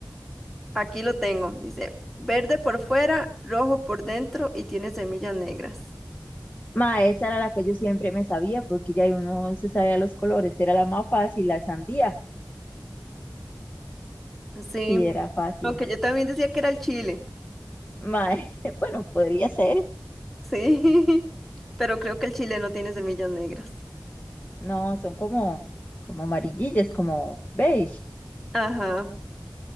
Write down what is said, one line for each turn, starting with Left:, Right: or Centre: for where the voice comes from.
Centre: Aquí lo tengo, dice. Verde por fuera, rojo por dentro y tiene semillas negras.
Left: mae esa era la que yo siempre me sabía, porque ya uno se sabía los colores, era la más fácil, la sandía.
Centre: Ujú. Sí,
Left: Sí, era fácil.
Centre: aunque yo también decía que era el chile.
Left: mae <laughs> bueno, podría ser.
Centre: Sí, <laughs> pero creo que el chile no tiene semillas negras.
Left: No, son como, como amarillillas, como beige.
Centre: Ajá.